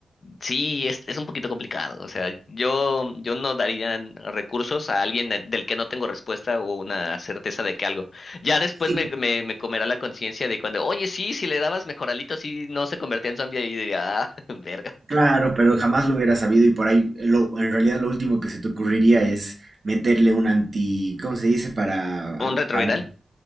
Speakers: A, on the left; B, on the right.
A: sí, es, es un poquito complicado, o sea, yo, yo no daría recursos a alguien eh, del que no tengo respuesta o una certeza de que algo ya después
B: Sí,
A: me, me, me comerá la conciencia de cuando, oye, sí, si le dabas mejoralito, sí, no se convertía en zombie y diría, ah, <laughs> verga.
B: Claro, pero jamás lo hubiera sabido y por ahí eh, lo- en realidad lo último que se te ocurriría es meterle un anti, ¿cómo se dice? Para, a-
A: ¿Un retroviral?
B: para